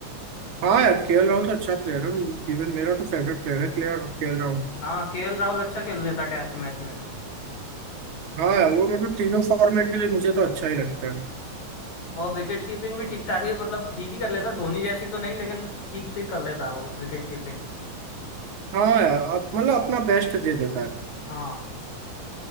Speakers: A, on the right (about 80°); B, on the left (about 80°).
A: हाँ यार केएल राहुल तो अच्छा प्लेयर है इवन मेरा तो फेवरेट प्लेयर है केएल केएल राहुल
B: हाँ केएल राहुल अच्छा खेल लेता टेस्ट मैच में
A: हाँ यार, वो मतलब तीनों फॉर्मेट के लिए मुझे तो अच्छा ही लगता है
B: और विकेट कीपिंग भी ठीक ठाक ही मतलब ठीक ही कर लेता धोनी जैसी तो नहीं लेकिन ठीक ठीक कर लेता है वो विकेट कीपिंग
A: हाँ यार अब मतलब अपना बेस्ट दे देता है
B: हाँ